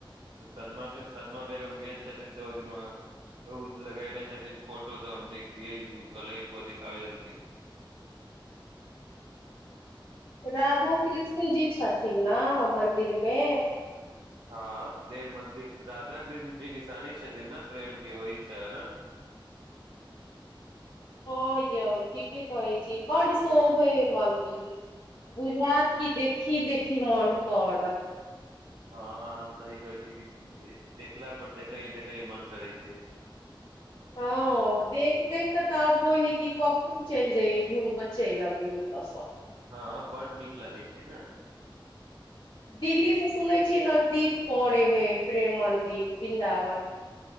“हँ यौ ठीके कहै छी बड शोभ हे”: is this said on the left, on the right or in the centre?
Left